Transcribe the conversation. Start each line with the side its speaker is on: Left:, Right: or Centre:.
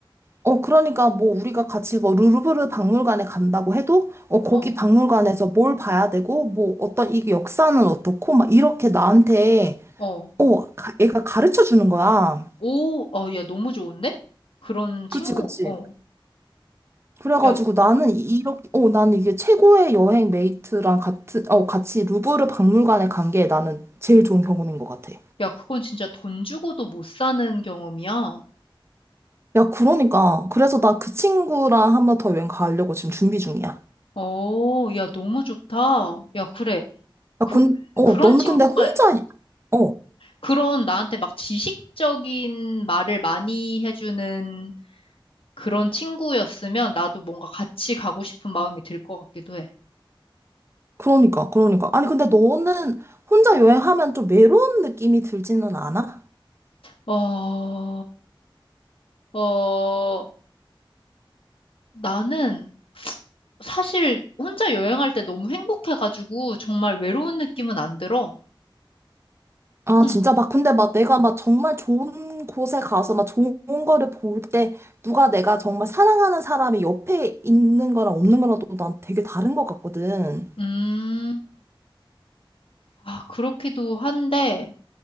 Right: 어, 그러니까 뭐 우리가 같이 뭐 루브르 박물관에 간다고 해도, 어, 거기
Left: 어,
Right: 박물관에서 뭘 봐야 되고, 뭐 어떤 이 역사는 어떻고, 막 이렇게 나한테,
Left: 어.
Right: 어, 가- 얘가 가르쳐 주는 거야.
Left: 오, 어, 야, 너무 좋은데? 그런 친구,
Right: 그치, 그치.
Left: 어.
Right: 그래가지고
Left: 야,
Right: 나는 이렇게, 어, 나는 이게 최고의 여행 메이트랑 같은, 어, 같이 루브르 박물관에 간 게 나는 제일 좋은 경험인 것 같아.
Left: 야, 그건 진짜 돈 주고도 못 사는 경험이야.
Right: 야, 그러니까. 그래서 나 그 친구랑 한번 더 여행 가려고 지금 준비 중이야.
Left: 어, 야, 너무 좋다. 야, 그래.
Right: 야,
Left: 그,
Right: 근, 어,
Left: 그런
Right: 너는
Left: 친구가
Right: 근데 혼자, 이- 어,
Left: 그런 나한테 막 지식적인 말을 많이 해주는 그런 친구였으면 나도 뭔가 같이 가고 싶은 마음이 들 것 같기도 해.
Right: 그러니까, 그러니까. 아니, 근데 너는 혼자 여행하면 좀 외로운 느낌이 들지는 않아?
Left: 어, 어, 나는 사실 혼자 여행할 때 너무 행복해가지고 정말 외로운 느낌은 안 들어.
Right: 아,
Left: 응,
Right: 진짜 막, 근데 막 내가 막 정말 좋은 곳에 가서 막 좋은 거를 볼 때, 누가 내가 정말 사랑하는 사람이 옆에 있는 거랑 없는 거랑 또 난 되게 다른 것 같거든.
Left: 음, 아, 그렇기도 한데,